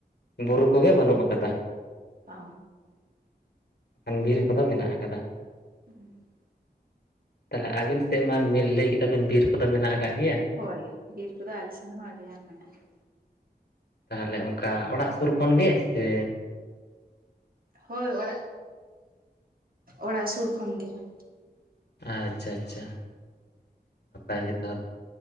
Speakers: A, on the left; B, on the right.
A: ᱵᱩᱨᱩ ᱠᱚᱜᱮ ᱵᱟᱹᱱᱩᱜ ᱟᱠᱟᱫᱟ ᱾
B: ᱚᱼᱼ
A: ᱠᱷᱟᱱ ᱵᱤᱨ ᱠᱚᱫᱚ ᱢᱮᱱᱟᱜ ᱟᱠᱟᱫᱟ ᱾
B: <inaudible>
A: ᱛᱟᱦᱚᱞᱮ ᱟᱵᱤᱱ ᱥᱮᱫ ᱢᱟ ᱵᱤᱱ ᱞᱟᱹᱭ ᱠᱮᱫᱟᱵᱤᱱ ᱵᱤᱨ ᱠᱚᱫᱚ ᱢᱮᱱᱟᱜ ᱟᱠᱟᱜ ᱜᱮᱭᱟ ᱾
B: ᱦᱚᱭ ᱵᱤᱨ ᱠᱚᱫᱚ ᱟᱞᱮᱥᱮᱱ ᱦᱚᱸ ᱟᱹᱰᱤ ᱜᱟᱱ ᱢᱮᱱᱟᱜᱼᱟ ᱾
A: ᱛᱟᱦᱚᱞᱮ ᱚᱱᱠᱟ ᱚᱲᱟᱜ ᱥᱩᱨ ᱠᱷᱚᱱ ᱜᱮ ᱥᱮ?
B: ᱦᱳᱭ ᱚᱲᱟᱜ, ᱚᱲᱟᱜ ᱥᱩᱨ ᱠᱷᱚᱱ ᱜᱮ ᱾
A: ᱟᱪᱪᱷᱟ ᱟᱪᱪᱷᱟ ᱱᱟᱯᱟᱭ ᱜᱮ ᱛᱟᱦᱚᱞᱮ ᱾